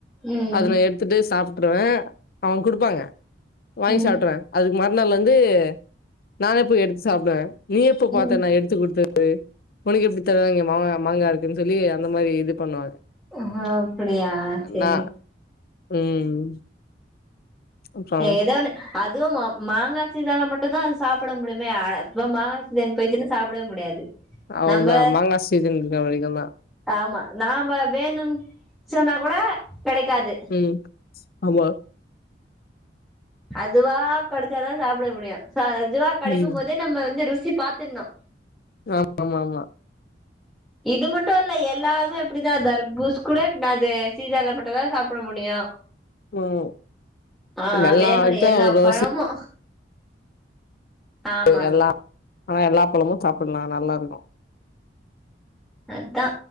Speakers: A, in the centre; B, on the left.
A: ம்
B: அதுல எடுத்துட்டு சாப்ட்டுருவ அவுங்க குடுப்பாங்க வாங்கி
A: ம்
B: சாப்டுறுவ அதுக்கு மறுநாள் வந்து நாணே போய் எடுத்து சாப்டுவ நீ எப்ப பாத்த
A: ம்
B: நா எடுத்து குடுத்தது உனக்கு எப்டி தெரியு இங்க மாங்கா மாங்கா இருக்குன் சொல்லி அந்த மாரி இது பண்ணுவாங்க
A: ஆ அப்படியா சேரி
B: நா ம் அப்றோ
A: ஏதோ ஒன்னு அதுவு மி மாங்கா சீசன்ல மட்டு தா அது சாப்ட முடியுமே ஆக்சுலா மாங் சீசன் போய்ச்சின்னா சாப்டவே முடியாது
B: அவ்ள
A: நம்ப
B: தா மாங்கா சீசன் இருக்கற வரைக்கு தா
A: ஆமா நாம வேணுன் சொன்னா கூட கெடைக்காது
B: ம் ஆமா
A: அதுவா கெடச்சாதா சாப்ட முடியு சோ அதுவா கெடைக்கும்
B: ம்
A: போதே நம்ம வந்து ருசி பாத்துர்ணு
B: ஆ ஆமா ஆமா
A: இது மட்டு இல்ல எல்லாமே அப்டிதா தர்பூஸ் கூட நாது சீசன்ல மட்டு தா சாப்ட முடியு
B: ம்
A: ஆ அதே
B: எல்லா
A: மாரி
B: இதா
A: எல்லா
B: ஒரு ஒரு
A: பழமு
B: சீசன்
A: ஆமாங்க
B: <unintelligible> எல்லா ஆனா எல்லா பழமு சாப்ட்லா நல்லா இருக்கு
A: அதா